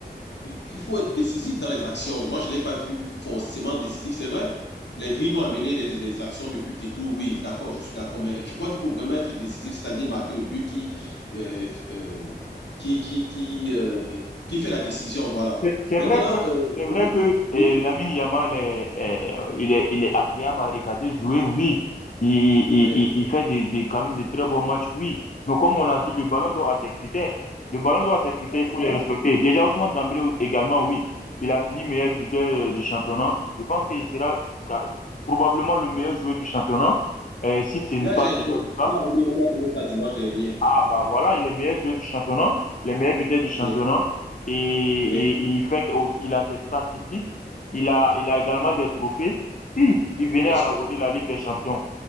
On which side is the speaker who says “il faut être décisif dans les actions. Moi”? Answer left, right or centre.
Left